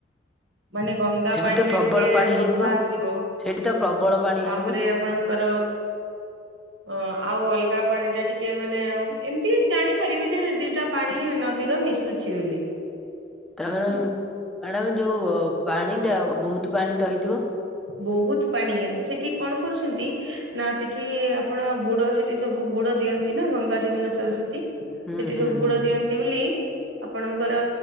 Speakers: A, on the right (about 85°); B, in the centre.
A: ମାନେ ଗଙ୍ଗା
B: ସେଠି
A: ପାଣି
B: ତ
A: ଟା
B: ପ୍ରବଳ
A: ଟିକେ
B: ପାଣି
A: ସଫା
B: ହେଇଥିବ
A: ଆସିବ।
B: ସେଠି ତ ପ୍ରବଳ ପାଣି ହେଇଥିବ
A: ତାପରେ ଆପଣଙ୍କର ହଁ ଆଉ ଅଲଗା ପାଣି ଟା ଟିକେ ମାନେ ଏମିତି ଜାଣିପାରିବେ ଯେ ଦିଟା ପାଣି ନଦୀର ମିଶୁଛି ବୋଲି।
B: ତା ପରେ ମ୍ୟାଡାମ୍ ଯୋଉ ପାଣି ଟା ବୋହୁତ ପାଣି ତ ହେଇ
A: ବହୁତ ପାଣି ଏ ତ ସେଠି କଣ କରୁଛନ୍ତି ନା ସେଠି ଆପଣ ବୁଡ ସେଠି ସବୁ ବୁଡ ଦିଅନ୍ତି ନା ଗଙ୍ଗା ଯମୁନା ସରସ୍ଵତୀ। ସେଠି
B: ହୁଁ ହୁଁ
A: ସବୁ
B: ହୁଁ।
A: ବୁଡ ଦିଅନ୍ତି ବୋଲି ଆପଣଙ୍କର